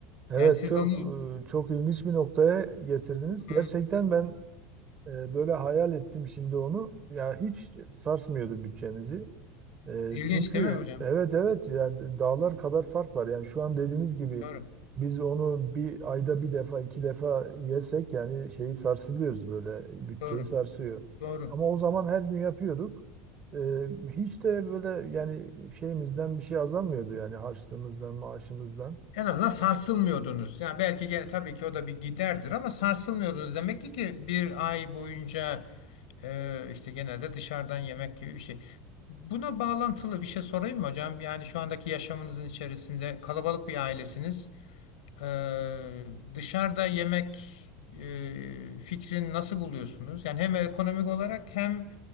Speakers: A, on the right; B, on the left.
A: Evet
B: Yani siz
A: çok
B: onu
A: e, çok ilginç bir noktaya getirdiniz. Gerçekten
B: Hı,
A: ben e, böyle hayal ettim şimdi onu. Ya hiç sarsmıyordu bütçemizi. E,
B: ilginç
A: Çünkü
B: değil mi hocam?
A: evet evet yani dağlar kadar fark var. Yani şu an dediğiniz gibi
B: Doğru,
A: biz onu bir ayda bir defa iki defa yesek yani şeyi sarsılıyoruz böyle bütçeyi
B: doğru,
A: sarsıyor.
B: doğru.
A: Ama o zaman her gün yapıyorduk. E, Hiç de böyle yani şeyimizden bir şey azalmıyordu yani harçlığımızdan maaşımızdan
B: En azından sarsılmıyordunuz. Yani belki gene tabii ki o da bir giderdir ama sarsılmıyordunuz. Demek ki ki bir ay boyunca e, işte genelde dışarıdan yemek gibi bir şey. Buna bağlantılı bir şey sorayım mı hocam? Yani şu andaki yaşamınızın içerisinde kalabalık bir ailesiniz. E, dışarıda yemek e, fikrini nasıl buluyorsunuz? Yani hem ekonomik olarak hem